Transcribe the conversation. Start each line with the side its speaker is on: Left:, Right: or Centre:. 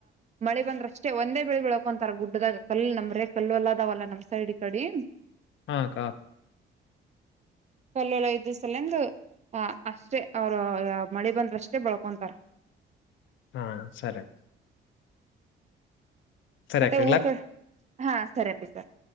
Right: ಮಳೆ ಬಂದ್ರಷ್ಟೆ ಒಂದೇ ಬೆಳೆ ಬೆಳಕೊಂತಾರ ಗುಡ್ಡದಾಗ ಕಲ್ಲ ನಮ್ರೆ ಕಲ್ಲು ಅಲ್ಲದಾವಲ್ಲ ನಮ್ ಸೈಡ್ ಕಡಿ
Left: ಹಾ ಕ
Right: ಕಲ್ಲೋೊಳ್ಳ ಐದು ಸಲಂದು ಅಷ್ಟೇ ಅವರು ಮಳೆ ಬಂದ್ರಷ್ಟೇ ಬಳ್ಕೊಂತಾರ
Left: ಹಾ ಸರಿ ಸರಿ
Right: ಮತ್ತೆ
Left: ಅಕ್ಕ
Right: ಊರ್
Left: ಇಡ್ಲಾ
Right: ಕ ಹಾ ಸರಿ ಅಪ್ಪಿ ಸರ್